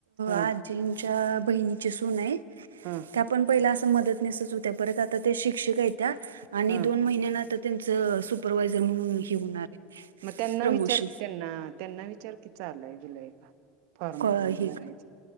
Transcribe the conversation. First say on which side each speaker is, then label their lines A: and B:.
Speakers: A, on the right; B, on the right.
A: हा
B: आजींच्या बहिणीची सून हाय
A: हा
B: पण पहिला अस मदतनिसच होत्या, परत आता त्या शिक्षका आहेत्या आणि
A: हा
B: दोन महिन्यान आ तेचं सुपरवायझर म्हणून हे होणार आहे
A: मग त्यांना
B: प्रमोशन
A: विचार की त्यांना, त्यांना विचार की चालूय- बिलय का? फॉर्म
B: क
A: वगैरे
B: हे
A: भरायचं
B: का